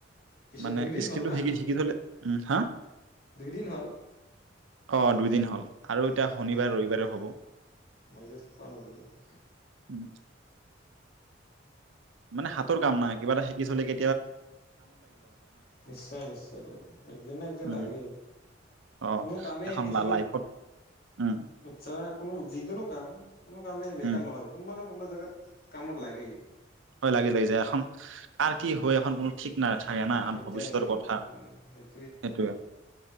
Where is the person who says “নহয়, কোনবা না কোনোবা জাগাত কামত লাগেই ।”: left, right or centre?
Left